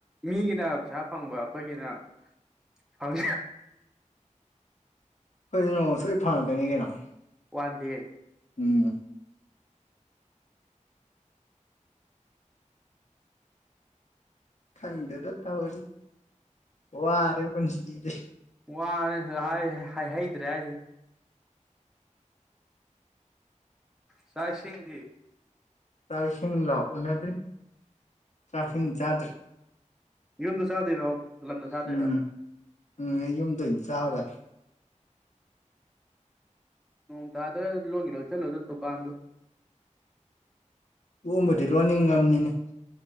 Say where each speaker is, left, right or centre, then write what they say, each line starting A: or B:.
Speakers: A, in the centre; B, on the left.
A: ꯃꯤꯒꯤꯅ ꯄꯩꯁꯥ ꯐꯪꯕ ꯑꯩꯈꯣꯏꯒꯤꯅ ꯐꯪ
B: ꯑꯩꯈꯣꯏꯖꯨ ꯅꯣꯡꯃ ꯁꯣꯏ ꯐꯪꯉꯛꯀꯅꯤ ꯀꯩꯅꯣ
A: ꯋꯥꯟ ꯗꯦ
B: ꯎꯝ ꯈꯪꯗꯦꯗ ꯇꯧꯔꯤꯁꯦ ꯋꯥꯔꯦ ꯄꯨꯟꯁꯤꯁꯦ
A: ꯋꯥꯔꯦ ꯁꯤꯗꯍꯥꯏ ꯍꯥꯏꯍꯩꯗ꯭ꯔꯦ ꯍꯥꯏꯁꯤꯅꯤ ꯆꯥꯛ ꯏꯁꯤꯡꯗꯤ
B: ꯆꯥꯛ ꯏꯁꯤꯡꯂꯣ ꯎꯅꯗ꯭ꯔꯤ ꯆꯥꯛꯏꯁꯤꯡ
A: ꯎꯝ
B: ꯆꯥꯗ꯭ꯔꯤ
A: ꯌꯨꯝꯗ ꯆꯥꯗꯣꯏꯔꯣ ꯂꯝꯗ ꯆꯥꯗꯣꯏꯔꯣ
B: ꯎꯝ ꯎꯝ ꯑꯩ ꯌꯨꯝꯗ ꯑꯣꯏꯅ ꯆꯥꯎꯔꯒꯦ
A: ꯅꯣꯡꯇꯥꯗꫭꯔꯦꯗ ꯂꫭꯟꯒꯦ ꯂꫭꯟꯖꯜꯂꫭꯗ ꯇꯨꯀꯥꯟꯗꯨ
B: ꯂꯣꯟꯕꯨꯗꯤ ꯂꯣꯟꯅꯤꯡ ꯉꯝꯃꯤꯅꯦ